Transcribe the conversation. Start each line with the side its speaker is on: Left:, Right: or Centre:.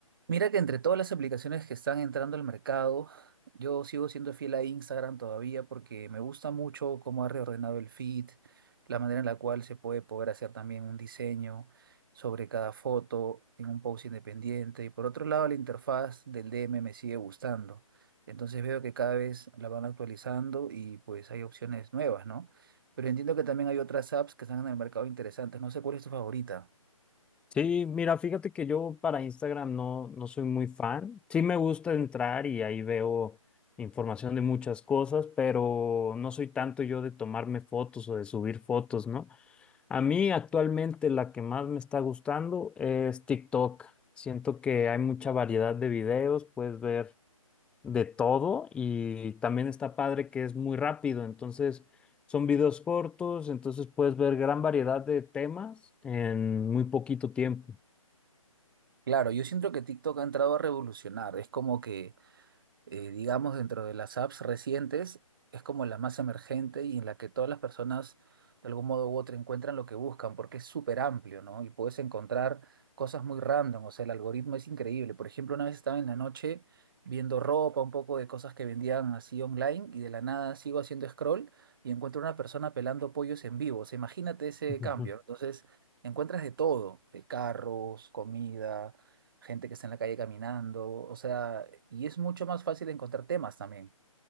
Right: Mira que entre todas las aplicaciones que están entrando al mercado, yo sigo siendo fiel a Instagram todavía porque me gusta mucho cómo ha reordenado el feed, la manera en la cual se puede poder hacer también un diseño sobre cada foto en un post independiente. Y por otro lado, la interfaz del DM me sigue gustando. Entonces veo que cada vez la van actualizando y pues hay opciones nuevas, ¿no? Pero entiendo que también hay otras apps que están en el mercado interesantes. No sé cuál es tu favorita.
Centre: Sí, mira, fíjate que yo para Instagram no, no soy muy fan. Sí me gusta entrar y ahí veo información de muchas cosas, pero no soy tanto yo de tomarme fotos o de subir fotos, ¿no? A mí actualmente la que más me está gustando es TikTok. Siento que hay mucha variedad de videos, puedes ver de todo y también está padre que es muy rápido, entonces... Son videos cortos, entonces puedes ver gran variedad de temas en muy poquito tiempo.
Right: Claro, yo siento que TikTok ha entrado a revolucionar. Es como que eh, digamos, dentro de las apps recientes, es como la más emergente y en la que todas las personas, de algún modo u otro, encuentran lo que buscan, porque es súper amplio, ¿no? Y puedes encontrar cosas muy random, o sea, el algoritmo es increíble. Por ejemplo, una vez estaba en la noche viendo ropa, un poco de cosas que vendían así online, y de la nada sigo haciendo scroll y encuentro una persona pelando pollos en vivo. O sea, imagínate ese
Centre: Ujú.
Right: cambio. Entonces, encuentras de todo, eh, carros, comida gente que está en la calle caminando, o sea, y es mucho más fácil encontrar temas también.